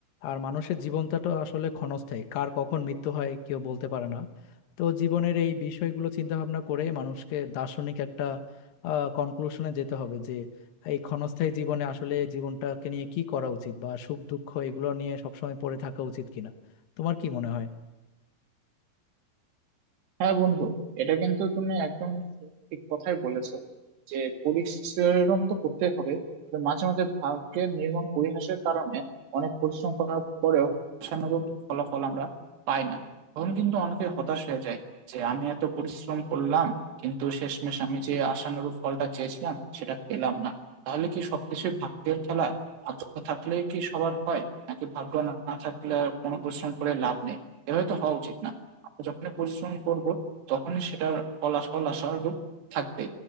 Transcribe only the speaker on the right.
হ্যাঁ বন্ধু এটা কিন্তু তুমি একদম ঠিক কথাই বলেছো যে পরিশ্রম তো করতে হবে তবে মাঝে মাঝে ভাগ্যের নির্মম পরিহাসের কারণে অনেক পরিশ্রম করার পরেও আশানুরূপ ফলাফল আমরা পাই না তখন কিন্তু অনেকে হতাশ হয়ে যায় যে আমি এত পরিশ্রম করলাম কিন্তু শেষমেশ আমি যে আশানুরূপ ফলটা চেয়েছিলাম সেটা পেলাম না তাহলে কি সবকিছুই ভাগ্যের খেলা ভাগ্য থাকলে কি সবার হয় নাকি ভাগ্য না থাকলে আর কোনো পরিশ্রম করে লাভ নেই এভাবে তো হওয়া উচিত না যখন পরিশ্রম করব তখন সেটার ফল আস- ফল আশানুরূপ থাকবে